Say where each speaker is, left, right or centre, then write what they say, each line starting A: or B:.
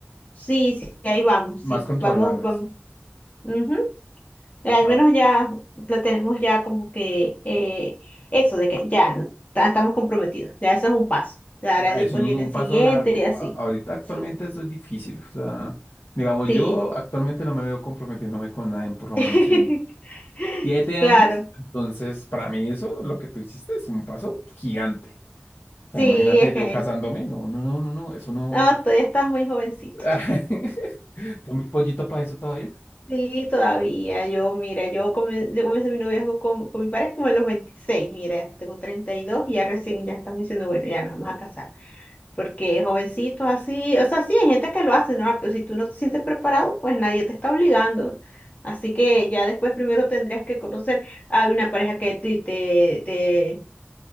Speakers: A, on the left; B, on the left.
A: Sí, sí, ahí vamos,
B: más
A: sí,
B: controlables.
A: vamos, vamos. ujú. Eh, Al
B: Ah,
A: menos ya la tenemos ya como que eh, eso de que ya ta- estamos comprometidos, ya eso es un paso. Ya ahora
B: Ah,
A: después
B: Eso es un
A: viene
B: un
A: el
B: paso
A: siguiente
B: largo.
A: y así.
B: A- ahorita actualmente
A: Sí,
B: eso es difícil. O sea, digamos,
A: sí,
B: yo
A: sí.
B: actualmente no me veo comprometiéndome con nadie, por lo
A: <laughs>
B: menos en siete años.
A: Claro.
B: Entonces, para mí eso, lo que tú hiciste es un paso gigante. O sea,
A: Sí,
B: imagínate
A: es
B: yo
A: que
B: casándome. No, no, no, no, no, eso no.
A: No, todavía estás muy jovencito.
B: <laughs> Tengo mi pollito para eso todavía.
A: Sí, todavía. Yo, mira, yo, comen- yo comencé mi noviazgo con, con mi pareja como a los 26. Mira, tengo 32 y dos y ya recién ya estamos diciendo, bueno, ya nos vamos a casar. Porque jovencitos así, o sea, sí, hay gente que lo hace, ¿no? Pero si tú no te sientes preparado, pues nadie te está obligando. Así que ya después primero tendrías que conocer a una pareja que te, te, te,